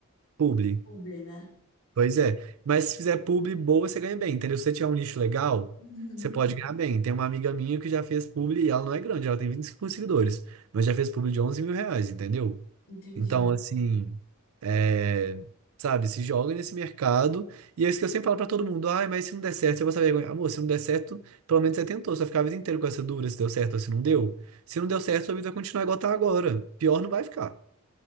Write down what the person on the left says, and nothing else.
publi, né?
Uhum.
Entendi.